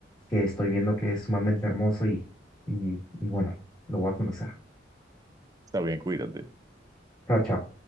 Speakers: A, on the left; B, on the right.
A: que estoy viendo que es sumamente hermoso y, y, y bueno, lo voy a conocer.
B: Está bien, cuídate.
A: Chao, chao.